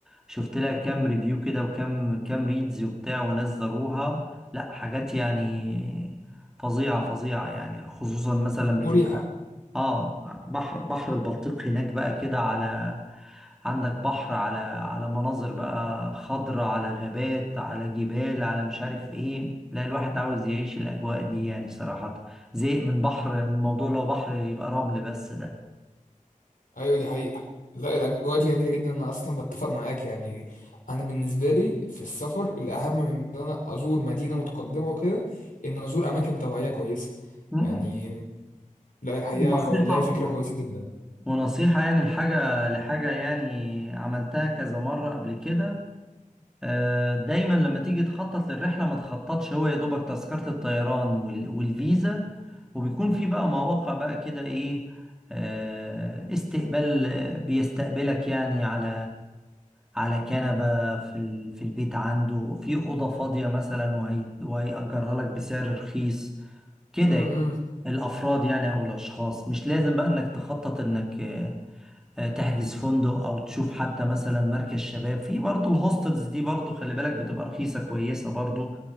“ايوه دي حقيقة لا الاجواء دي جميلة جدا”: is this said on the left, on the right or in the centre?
Left